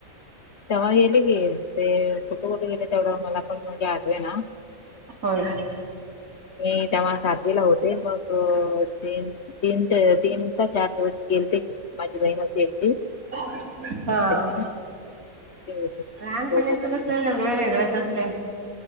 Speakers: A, on the left; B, on the right.
A: तेव्हा गेले की, ते कुठं कुठं गेले तेवढं मला पण म्हणजे आठवेना.
B: होय.
A: मी तेव्हा सातवीला होते मग तीन तीन त तीन काय चार दिवस गेलते की माझी बहीण होती एकटी.
B: हा.
A: एकटी ते होते दोघं
B: लहानपणीचं
A: पण
B: कसं सगळं वेगळंच असतंय.